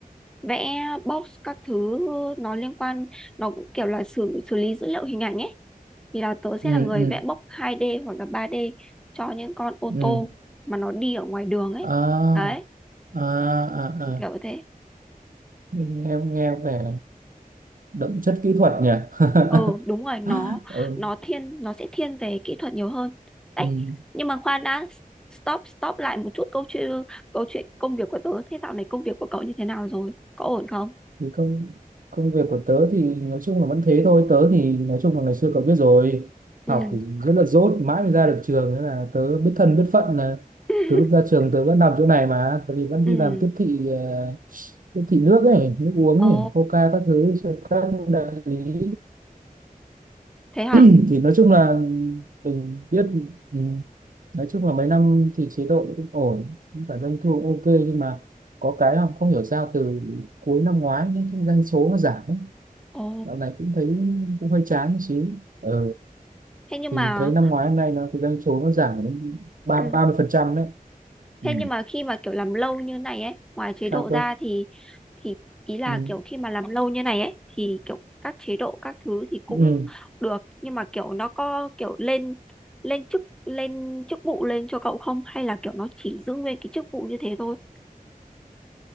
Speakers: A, in the centre; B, on the right.
A: vẽ box các thứ nó liên quan nó cũng kiểu là xử xử lý dữ liệu hình ảnh ấy thì là tớ sẽ
B: ừ,
A: là người
B: ừ,
A: vẽ box 2D hoặc là 3D cho những con ô
B: ừ.
A: tô mà nó đi ở ngoài đường ấy
B: À,
A: đấy
B: à, à,
A: kiểu
B: à.
A: thế
B: Nghe, nghe vẻ đậm chất kỹ thuật nhỉ?
A: ừ
B: <laughs>
A: đúng rồi nó
B: ừ,
A: nó thiên nó sẽ thiên về kỹ thuật nhiều hơn đấy
B: ừ.
A: nhưng mà khoan đã stop stop lại một chút câu chuyện câu chuyện công việc của tớ thế dạo này công việc của cậu như thế nào rồi có ổn không
B: thì công công việc của tớ thì nói chung là vẫn thế thôi tớ thì nói chung là ngày xưa cậu biết rồi
A: ừ
B: học thì rất là dốt mãi mới ra được trường nên là tớ biết thân biết phận là
A: <laughs>
B: từ lúc ra trường tớ vẫn làm chỗ này mà tớ thì vẫn
A: ừ
B: đi làm tiếp thị ờ, tiếp thị nước ấy nước uống
A: ồ
B: ấy coca các thứ cho các đại lý
A: thế hả
B: <clears throat> thì nói chung là mình biết ừ, nói chung là mấy năm thì chế độ cũng ổn cũng phải doanh thu ok nhưng mà có cái không, không hiểu sao từ cuối năm ngoái những cái doanh số nó giảm
A: ồ
B: dạo này cũng thấy cũng hơi chán một xíu ờ,
A: thế nhưng
B: thì
A: mà
B: thấy năm ngoái hôm nay nó cái doanh số nó giảm đến ba
A: ừ.
B: ba mươi phần trăm đấy ừ.
A: thế nhưng mà khi mà kiểu làm lâu như này ấy ngoài chế
B: sao
A: độ
B: cơ
A: ra thì thì ý là
B: ừ.
A: kiểu khi mà làm lâu như này ấy thì kiểu các chế độ các thứ thì cũng
B: Ừ.
A: được nhưng mà kiểu nó có kiểu lên lên chức lên chức vụ lên cho cậu không hay là kiểu nó chỉ giữ nguyên cái chức vụ như thế thôi